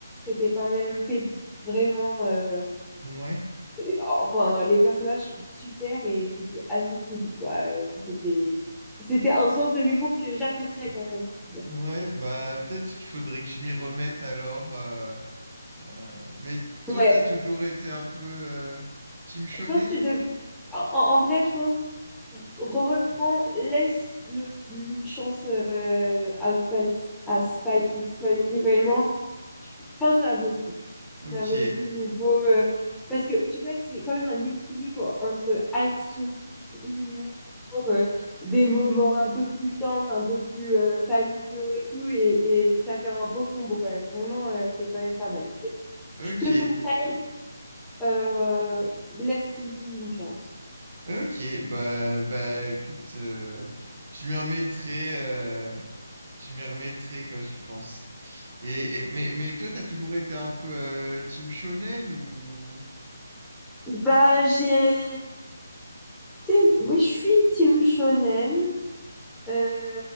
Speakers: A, in the centre; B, on the right.
A: c'était quand même pépite. Vraiment, euh,
B: Ouais.
A: et- oh, enfin, les personnages sont super et c'était assez cool, quoi. Euh, C'était, c'était un sens de l'humour que j'appréciais quand même, tu vois.
B: Ouais, bah peut-être qu'il faudrait que je m'y remette alors. euh, Euh, mais toi,
A: Ouais,
B: t'as toujours été un peu euh, team shonen,
A: je pense que tu dev...
B: quoi?
A: en, en vrai, je pense, re- reprends, laisse le, une chance euh, à Spice, à Spy X Family, vraiment. Je pense que ça vaut le coup.
B: Ok,
A: Ça vaut le coup niveau euh, parce que tu vois, c'est quand même un équilibre entre action, humour, euh, des moments un peu plus tendres, un peu plus euh, familiaux et tout, et, et ça fait un beau combo quand même. Vraiment, euh, c'est quand même pas mal.
B: ok,
A: Je te conseille, euh, laisse-lui une chance.
B: ok. Bah, bah, écoute, euh, je m'y remettrai, euh, je m'y remettrai quand j'y pense. Et, et- mais, mais toi, t'as toujours été un peu euh, team shonen ou?
A: Bah, j'ai été... Oui, je suis team shonen. Euh,